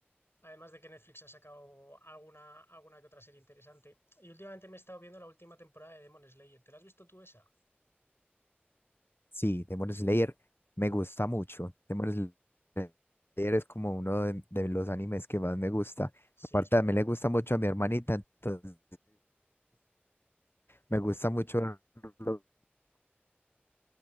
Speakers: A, on the left (about 90°); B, on the left (about 70°).
A: Además de que Netflix ha sacado alguna, alguna que otra serie interesante. Y últimamente me he estado viendo la última temporada de Demon Slayer. ¿Te la has visto tú esa?
B: Sí, Demon Slayer me gusta mucho. Demon Slayer es como uno de, de los animes que más me gusta.
A: Sí,
B: Aparte,
A: es muy
B: también
A: bueno.
B: le gusta mucho a mi hermanita, entonces me gusta mucho verlo